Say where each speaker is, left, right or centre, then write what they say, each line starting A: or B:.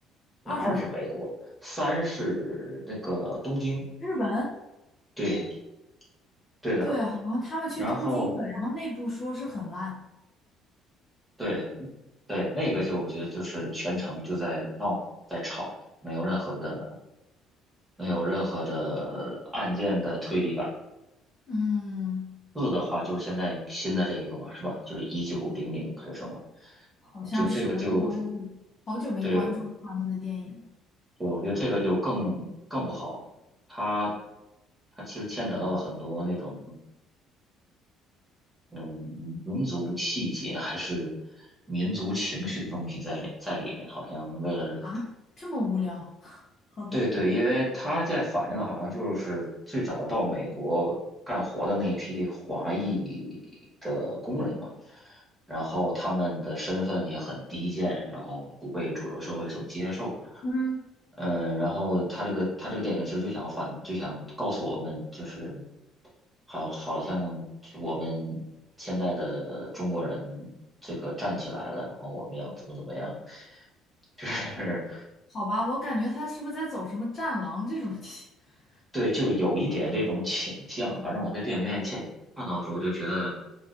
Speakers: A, in the centre; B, on the left.
A: 那二是美国，
B: 二十美国，
A: 三是那个东京，
B: 日本。
A: 对对的。
B: 对，好像他们去东京了，
A: 然后
B: 然后内部说是很烂。
A: 对，对，那个就我觉得就是全程就在闹，在吵，没有任何的没有任何的案件的推理感。
B: 嗯，
A: 四的话就是现在新的这一个嘛，是吧？就是一九零零还是什么？
B: 好像是我我我好久没关注他们的电影
A: 我觉得这个就对对，我觉得这个就更更不好。它它其实牵扯到了很多那种嗯民族气节还是民族情绪的东西在里在里面，好像为了。
B: 啊，这么无聊。好的，
A: 对对，因为他在反映好像就是最早到美国干活的那一批华裔的工人嘛，然后他们的身份也很低贱，然后不被主流社会所接受。
B: 嗯，
A: 嗯，然后他这个他这个电影其实就想反就想告诉我们，就是好好像就我们现在的中国人这个站起来了，然后我们要怎么怎么样。<laughs> 就是
B: 好吧，我感觉他是不是在走什么战狼这种题？<laughs>
A: 对，就有一点这种倾向啊。反正我在电影院见看到的时候，就觉得